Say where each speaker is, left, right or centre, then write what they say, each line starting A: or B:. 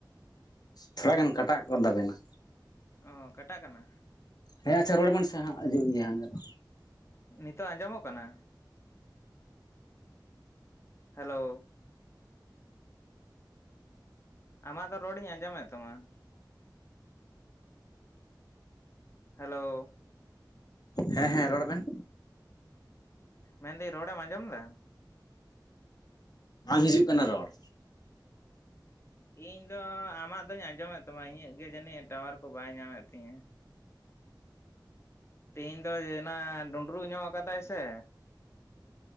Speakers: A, on the left; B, on the left.
A: ᱛᱷᱚᱲᱟ ᱜᱟᱱ ᱠᱟᱴᱟᱜ ᱠᱟᱱ ᱛᱟᱵᱮᱱᱟ᱾
B: ᱚ ᱠᱟᱴᱟᱜ ᱠᱟᱱᱟ
A: ᱦᱮᱸ ᱟᱪᱪᱷᱟ ᱨᱚᱲ ᱵᱮᱱ ᱥᱮ ᱦᱟᱸᱜ ᱦᱤᱡᱩᱜ ᱜᱮᱭᱟ ᱦᱟᱸᱰᱮ ᱫᱚ᱾
B: ᱱᱤᱛᱳᱜ ᱟᱸᱡᱚᱢᱚᱜ ᱠᱟᱱᱟ ᱦᱮᱞᱳ ᱟᱢᱟᱜ ᱫᱚ ᱨᱚᱲ ᱤᱧ ᱟᱸᱡᱚᱢᱮᱫ ᱛᱟᱢᱟ᱾ ᱦᱮᱞᱳ
A: ᱦᱮᱸ ᱦᱮᱸ ᱨᱚᱲ ᱵᱮᱱ
B: ᱢᱮᱱᱫᱟᱹᱧ ᱨᱚᱲᱮᱢ ᱟᱸᱡᱚᱢ ᱮᱫᱟ᱾
A: ᱵᱟᱝ ᱦᱤᱡᱩᱜ ᱠᱟᱱᱟ ᱨᱚᱲ
B: ᱤᱧ ᱫᱚ ᱟᱢᱟᱜ ᱫᱚᱧ ᱟᱸᱡᱚᱢᱮᱫ ᱛᱟᱢᱟ ᱤᱧᱟᱹᱜ ᱜᱮ ᱡᱟᱹᱱᱤᱡᱽ ᱴᱟᱶᱟᱨ ᱠᱚ ᱵᱟᱭ ᱧᱟᱢᱮᱫ ᱛᱤᱧᱟᱹ᱾ ᱛᱮᱦᱮᱧ ᱫᱚ ᱡᱮᱱᱟ ᱰᱩᱸᱰᱨᱩᱜ ᱧᱚᱜ ᱟᱠᱟᱫᱟᱭ ᱥᱮ